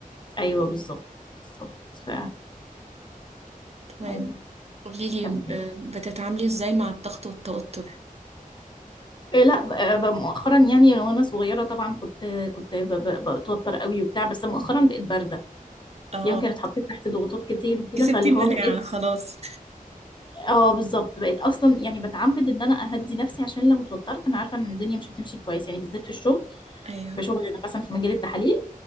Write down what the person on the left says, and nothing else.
ايوه بالظبط بالظبط ف
ايوه
كملي
إيه، لا ب- ب- مؤخرا يعني وانا صغيره طبعا كنت كنت ب- ب- بتوتر قوي وبتاع بس مؤخرا بقيت بارده
يمكن اتحطيت تحت ضغوطات كتير وكده
فاللي
هو بقيت
اه بالظبط بقيت اصلا يعني بتعمد ان انا اهدي نفسي عشان لو اتوترت انا عارفه ان الدنيا مش هتمشي كويس يعني بالذات في الشغل
في شغل انا مثلا في مجال التحاليل